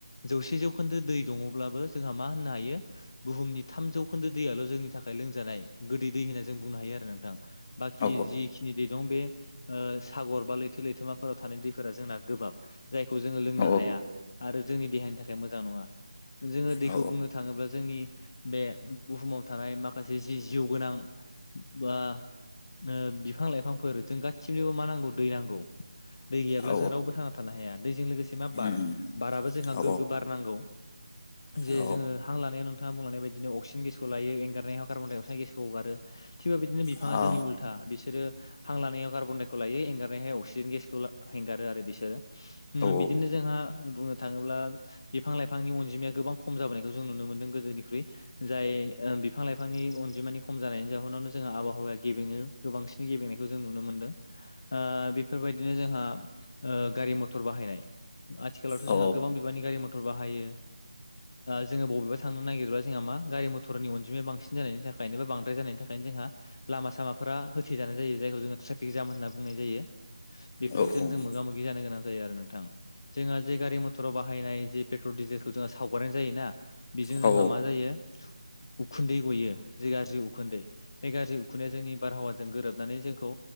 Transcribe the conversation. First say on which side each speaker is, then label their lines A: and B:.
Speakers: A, on the left; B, on the left.
A: जौसे जौखोन्दो दै दङब्लाबो जोंहा मा होननो हायो बुहुमनि थाम जौ खोन्दो दैयाल' जोंनि थाखाय लोंजानाय गोदै दै होनना जों बुंनो हायो आरो नोंथां। बाखि
B: औ
A: जिखिनि दै दं बे ओ सागर बा लैथो लैथोमाफोराव थानाय दैफोरा जोंना गोबाब। जायखौ जोङो लोंनो
B: औ
A: हाया आरो जोंनि देहानि थाखाय मोजां नङा। जोङो दैखौ
B: औ
A: बुंनो थाङोब्ला जोंनि बे बुहुमाव थानाय माखासे जि जिउ गोनां बा ओ बिफां लाइफांफोर जों गासिनोबो मा नांगौ दै नांगौ। दै गैयाब्ला
B: औ
A: जों रावबो थांना थानो हाया दैजों लोगोसे मा बार,
B: उम
A: बाराबो जोंहा
B: उम औ
A: गोग्गो बार नांगौ। जे
B: औ
A: जोङो हां लानायाव नोंथां ङा बुंलांनाय बादिनो अक्सिजेन गेसखौ लायो, एंगारनायाव कार्बन डाय अक्साइड गेसखौ हगारो थिग। बेबादिनो बि फाङा
B: औ
A: जोंनि उलथा। बि सोरो हां लानायाव कार्बन डायखौ लायो एंगारनायहाय अक्सिजेन गेसखौ हेंगारो आरो बिसो सोरो।
B: औ
A: बिदिनो जोंहा बुंनो थाङोब्ला बिफां लाइफांनि अनजिमाया गोबां खम जाबोनायखौ जों नुनो मोनदों गोदोनि ख्रुइ। जाय ओ बिफां लाइफांनि अनजिमानि खम जानायनि जाहनावनो जोंहा आबहावाया गेबेङो गोबांसिन गेबेंनायखौ जों नुनो मोनदों ओ बेफोरबायदिनो जोंहा ओ गारि मथर बाहायनाय। आथिखालावथ
B: औ
A: जोंहा गोबां बिबांनि गारि मथर बाहायो। जोंङो बबेबा थांनो नागिर ब्ला जोंहा मा गारि मटरनि अनजिमाया बांसिन जानायनि थाखायनो जोंहा लामा सामा फोरा होथेजानाय जायो जायखौ जोंङो ट्रेफिक जाम होनना बुंनाय जायो। बेफोरजों
B: औ
A: जों
B: औ उम औ
A: मोगा मोगि जानो गोनां जायो आरो नोंथां। जोंहा जे गारि मथराव बाहायनाय जे पेट्रल डिजेलखौ जोंहा सावगारनाय जायोना। बेजों जोंहा
B: औ
A: मा जायो उखुन्दै गयो जे गाज्रि उखुन्दै बे गाज्रि उखुन्दैया जोंनि बारहावा जों गोरोबनानै जोंखौ